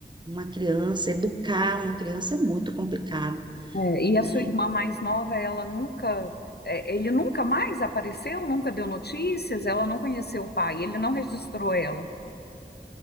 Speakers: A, on the right; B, on the left.
A: uma criança, educar uma criança é muito complicado,
B: É, e
A: né?
B: a sua irmã mais nova, ela nunca, é, ele nunca mais apareceu, nunca deu notícias, ela não conheceu o pai, ele não registrou ela.